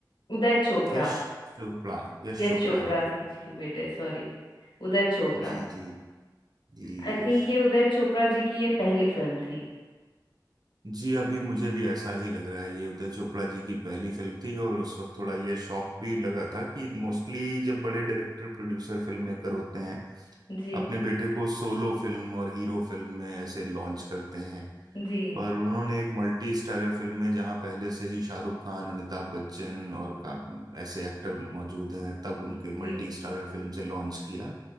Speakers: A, on the left; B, on the right.
A: उदय चोपड़ा
B: यश चोपड़ा यश
A: यश
B: चोपड़ा
A: चोपड़ा
B: जी
A: की
B: के बेटे
A: जी के बेटे sorry Uday Chopra
B: जी जी जी
A: I
B: यश
A: think ये उदय चोपड़ा जी की ये पहली फिल्म थी
B: जी अभी मुझे भी ऐसा ही लग रहा है ये उदय चोपड़ा जी की पहली फिल्म थी और उस वक्त थोड़ा ये शौक भी लगा था कि मोस्टली जब बड़े डायरेक्टर प्रोड्यूसर फिल्म मेकर होते हैं
A: जी
B: अपने बेटे को सोलो फिल्म और हीरो फिल्म में ऐसे लॉन्च करते हैं
A: जी
B: पर उन्होंने एक मल्टी स्टारर फिल्म में जहां पहले से ही शाहरुख खान अमिताभ बच्चन और का ऐसे एक्टर मौजूद हैं तब उनके
A: जी
B: मल्टी स्टारर फिल्म से लॉन्च किया